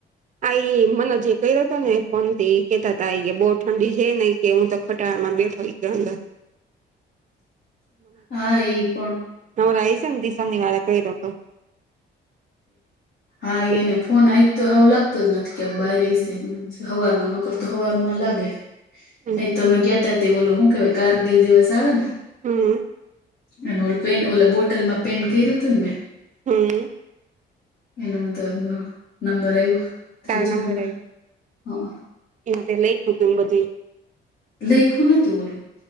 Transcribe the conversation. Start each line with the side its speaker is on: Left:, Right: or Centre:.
Right: આ એ મને જે કર્યો હતો ને ફોન થી એ કેહેતા હતા કે બહુ ઠંડી છે નહી કે હું તો ખટાડામાં બેઠો. <unintelligible>
Left: હા એ પણ.
Right: ન ઈસંગ દિવસની વાળ કરીએ <unintelligible> ઈ
Left: હા
Right: પછી
Left: એઈ નં. ફોન આ તો આવ લાગતો જ નથી કે બહાર ઈ મ હવાર ન નકરતો હવારમાં લાગે.
Right: હમ
Left: એ તો અમે ગયાતા તે બોલો હું કે કારગીલ દિવસ આવે ને
Right: હમ.
Left: અને ઓ પેન ઓલા બોટલમાં પેન કર્યું હતું મે
Right: હમ.
Left: એનું તો નબર આવ્યો. ત્રીજો
Right: તાર
Left: નંબર
Right: નબરે આય,
Left: હા
Right: એના લઈ ટધ બધી.
Left: લખવું નતું ઓલું